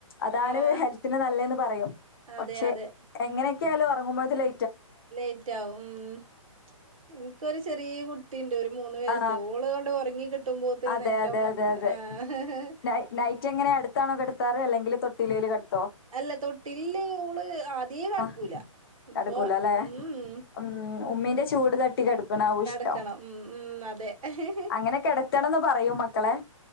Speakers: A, on the left; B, on the right.
A: അതാണ്
B: ആഹ്
A: ഹെൽത്തിന് നല്ലന്ന് പറയും
B: അതെ
A: പക്ഷെ
B: അതെ
A: എങ്ങനെ കോലോറങ്ങുമോ ഇതിലേ
B: ലേറ്റ് ആവുംും ഉ എനിക്കൊരു ചെറിയ കു തീണ്ട ഒരു മൂന്ന് വയസ്സ്
A: ആ
B: ഓള് ങ്ങട്ട് ഒറങ്ങി കിട്ടുമ്പോത്തിന്
A: അതെ
B: നേരം
A: അതെ
B: പന്ത്ര
A: അതെ അതെ
B: ആഹ്
A: ന നൈറ്റ് എങ്ങനെ അടുത്താണോ കിടുത്താറ് അല്ലെങ്കിൽ തൊ ൽ ക
B: അല്ല തൊട്ടില് ഓള് ആ ഇനി നടക്കൂല
A: ആഹ്
B: ഇപ്പൊ
A: കിടക്കൂല അല്ലേ
B: ഉം മമ്
A: ഉം ഉമ്മീന്റെ ചൂട് തട്ടി കെട നാവ്ഷ്ടം
B: കടക്കണം ഉം ഉം അതെ ആഹ്
A: അങ്ങനെ കെടക്കണംന്ന് പറയും മക്കളെ